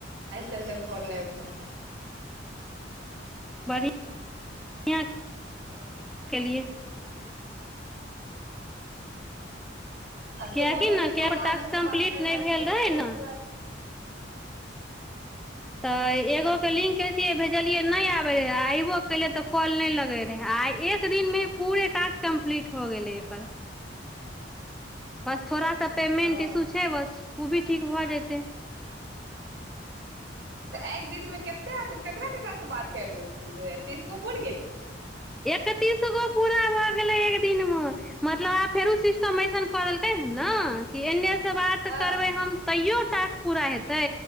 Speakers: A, on the right; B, in the centre.
A: त फोन नहि उठल
B: बड़ ह
A: ओ
B: केेलिए ह
A: आ सुबह
B: किएकी
A: मे
B: ना
A: भी
B: टास्क
A: कोनो आदमी से
B: कंप्लीट
A: बात नहि
B: नए भेल
A: छलै कि
B: रहय
A: सुबह
B: ना
A: सुबह
B: त
A: ह
B: एगो के लिंक एसिहे भेजलिए नहि आबै रहै अयबो कलै तऽ कॉल नहि लगैत रहै आ एक दिनमे पूरे टास्क कम्प्लीट हो गेलै एकर
A: <unintelligible>
B: बस थोड़ सा पेमेंट
A: ओ
B: ईशु छै बस ओ भी ठीक भऽ जेते
A: तऽ एक दिनमे कतेक केकरा केकरास से बात करि लेलखिन जे तीस गो पुर गेलै
B: एकतीस गो पूरा भए गेलै एक दिन मे मतलब आब फेरो सिस्टम ऐसन कर देलकै ह ने कि एन एस बात
A: हँ
B: करबै हम तैयो टास्क पूरा हेतै